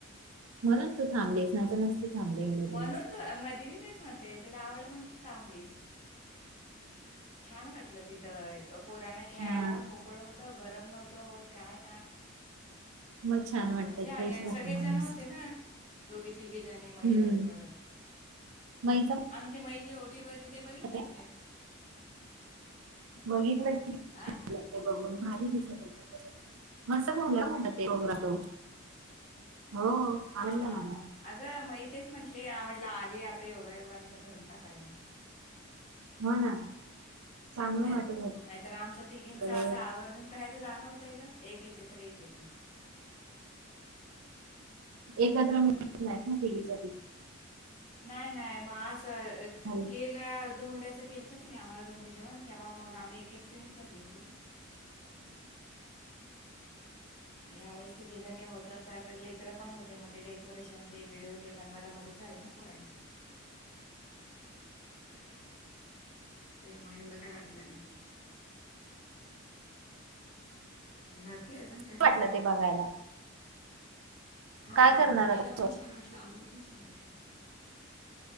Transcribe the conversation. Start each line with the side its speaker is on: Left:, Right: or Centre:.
Right: म्हणून तू थांबलीच नाही तर नसती थांबली एवढे
Left: म्हणून
Right: दिवस
Left: तू म दिली तेच म्हणते तुला आवडलं म्हणून थांबलीस छान वाटल तिथ पोरांना खेळायला
Right: हा
Left: पण मोकळं होत गरम नव्हतं होत काय
Right: मग छान वाटत
Left: मज्जा आली
Right: फ्रेश
Left: आणि
Right: राहतो
Left: सगळेच
Right: माणूस
Left: जण होते ना दोघी तिघे जाणी मई
Right: हम्म
Left: आली <unintelligible>
Right: मग हिचं
Left: आम्ही ते आईची भरली ते बघितलंत
Right: म्हणत आहे,
Left: काय.
Right: बघितलं की.
Left: आ
Right: <unintelligible> बघून भारी <unintelligible> मस्तं झालं. ते गं तो. हो
Left: हा-
Right: आवडला
Left: हा-हा-हा,
Right: मला
Left: अगं मै. तेच म्हंटले <unintelligible> आली आता योगायोगाने तर भरून टाकावी म्हटलं.
Right: हो ना चांगलं
Left: नाही
Right: वाटत
Left: नाही तर आमच तिघींच
Right: होत
Left: असं आवर्जून. <unintelligible> जाणं होतयं गं एक येते तर एक येत नाही.
Right: एकत्र मिळत नाही ना तिघींच्या तिघी.
Left: नाही नाही मगं असं.
Right: तिघी
Left: गेल्या धोंड्याच केलंत तिने आम्हांला धोंडेजेवण तेव्हा मगं आम्ही एक एकटीनेच भरली होती ना. मग ह्या वेेळेस तिघीजणी होतो, तर लेकर पण होते मग ते डेकोरेशन ते व्हिडिओ ते बनवायला मदत झाली ना पोरांची. तर मग एवढं काय वाटलं नाही. ह. बाकी अजून काय म्हणते
Right: वाटलं ते बघायला
Left: हा
Right: काय करणार
Left: महिला
Right: आता
Left: पण छान वाटलं आम्हाला पण छान वाटलं.